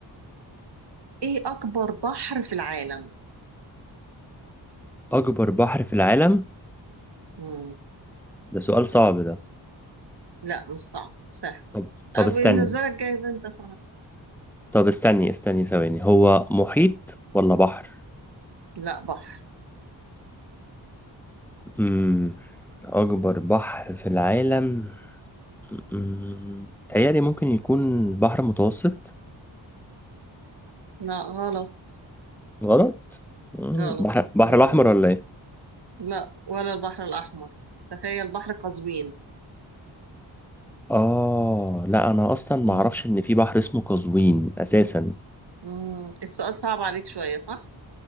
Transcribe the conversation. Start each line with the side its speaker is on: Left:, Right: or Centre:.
Right: ايه اكبر بحر في العالم
Centre: أكبر بحر في العالم
Right: مم.
Centre: ده سؤال صعب ده
Right: لا مش صعب سهل
Centre: طب طب
Right: أه، بالنسبة
Centre: استني
Right: لك جايز انت صعب
Centre: طب استني استني ثواني هو محيط ولا بحر؟
Right: لا بحر
Centre: مم. أكبر بحر في العالم مم. تهيألي ممكن يكون بحر متوسط
Right: لا غلط
Centre: غلط مم.
Right: غلط
Centre: بحر بحر
Right: مم.
Centre: الأحمر ولا إيه؟
Right: لا ولا البحر الاحمر تخيل بحر قزوين
Centre: آه لا أنا أصلا ما
Right: مم.
Centre: أعرفش إن في بحر اسمه قزوين أساسا
Right: مم. السؤال صعب عليك شوية صح